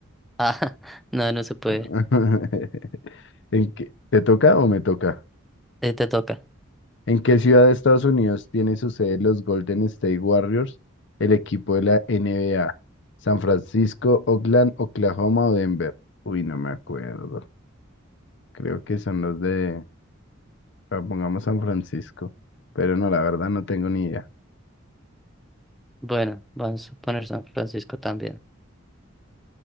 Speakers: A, in the centre; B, on the left (about 60°).
A: Ah, <laughs> no, no se puede.
B: <laughs> ¿En qué? ¿Te toca o me toca?
A: Eh, te toca.
B: ¿En qué ciudad de Estados Unidos tiene su sede los Golden State Warriors, el equipo de la NBA? ¿San Francisco, Oakland, Oklahoma o Denver? Uy, no me acuerdo. Creo que son los de, ah, pongamos San Francisco, pero no, la verdad no tengo ni idea.
A: Bueno, vamos a poner San Francisco también.